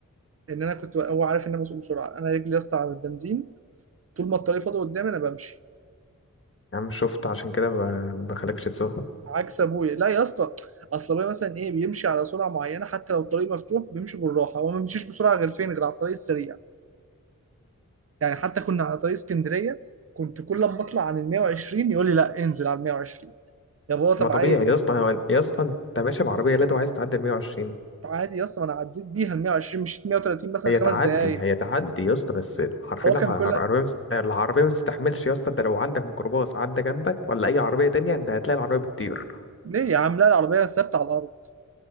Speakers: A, on the right; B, on the left.
A: ان انا كنت هو عارف ان انا بسوق بسرعه انا رجلي يا اسطى على البنزين طول ما الطريق فاضي قدامي انا بمشي
B: يا عم شفت عشان كده ب- بخليكش تسوق
A: عكس ابويا لا يا اسطى اصل ابويا مثلا ايه بيمشي على سرعه معينه حتى لو الطريق مفتوح بيمشي بالراحه هو ما بيمشيش بسرعه غير فين غير على الطريق السريع يعني حتى كنا على طريق اسكندريه كنت كل ما اطلع عن ال 120 يقول لي لا انزل على ال 120 يا بابا طب
B: ما طبيعي
A: عايز
B: يا اسطى هو- يا اسطى انت ماشي بعربيه لادو عايز تعدي ال 120
A: عادي يا اسطى ما انا عديت بيها ال 120 مشيت 130 مثلا
B: هي
A: خمس
B: تعدي
A: دقايق
B: هي تعدي يا اسطى بس حرفيا
A: هو
B: الح-
A: كان
B: العربيه
A: كل
B: مست... العربيه ما تستحملش يا اسطى ده لو عندك ميكروباص عدى جنبك ولا اي عربيه تانية ده هتلاقي العربيه بتطير
A: ليه يا عم لا العربيه ثابته على الارض